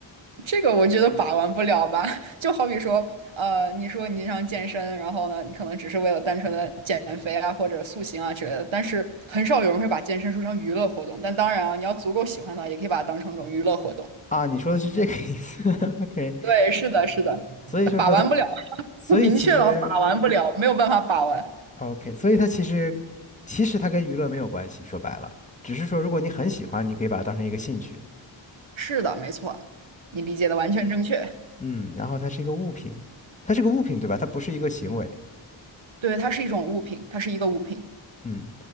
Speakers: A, on the right; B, on the left.
A: 这个我觉得把玩不了吧，<laughs> 就好比说，呃，你说你常健身，然后呢，你可能只是为了单纯的减肥啊，或者塑形啊之类的，但是很少有人会把健身说成娱乐活动。但当然啊，你要足够喜欢它，也可以把它当成一种娱乐活动。
B: 啊？你说的是这个意思 <laughs>？OK，
A: 对，是的，是的，
B: 所以就说它，
A: 把玩不了，
B: 所以其实
A: <laughs> 明确了，把玩不了，没有办法把玩。
B: OK，所以它其实其实它跟娱乐没有关系，说白了，只是说如果你很喜欢，你可以把它当成一个兴趣，
A: 是的，没错，你理解的完全正确。
B: 嗯，然后它是一个物品，它是个物品对吧？它不是一个行为，
A: 对，它是一种物品，它是一个物品，
B: 嗯，